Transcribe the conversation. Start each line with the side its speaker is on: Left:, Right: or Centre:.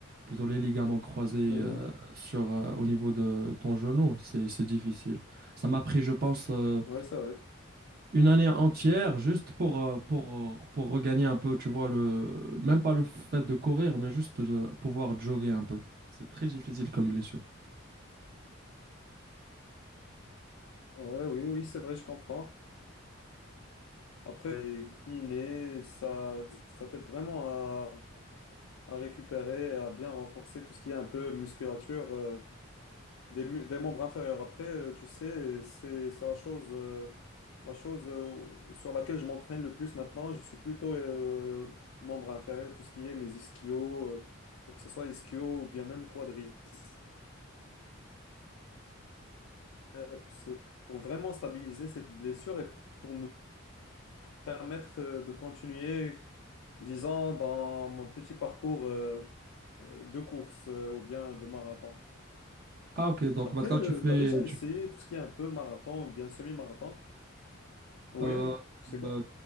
Right: plutôt les ligaments croisés
Left: Mhm.
Right: euh, sur, euh, au niveau de ton genou, c'est, c'est difficile. Ça m'a pris, je pense. euh,
Left: Ouais, c'est vrai.
Right: une année entière juste pour, euh, pour, euh, pour regagner un peu, tu vois, le, même pas le fait de courir, mais juste de pouvoir jogger un peu. C'est très difficile comme blessure.
Left: Ouais, oui, oui, c'est vrai, je comprends. Après, kiné, ça, ça t'aide vraiment à, à récupérer, à bien renforcer tout ce qui est un peu musculature euh, des, mu- des membres inférieurs. Après, euh, tu sais, c'est, c'est la chose, euh, la chose euh, sur laquelle je m'entraîne le plus maintenant. Je suis plutôt euh, membre inférieur, tout ce qui est mes ischios, euh, que ce soit ischio ou bien même quadriceps. biceps, pour vraiment stabiliser cette blessure et pour me permettre euh, de continuer, disons, dans mon petit parcours euh, euh, de course euh, ou bien de marathon.
Right: Ah ok, donc
Left: Après,
Right: maintenant
Left: tu
Right: tu fais...
Left: as déjà essayé
Right: Tu,
Left: tout ce qui est un peu marathon ou bien semi-marathon? Oui,
Right: euh,
Left: oui, c'est cool.
Right: euh,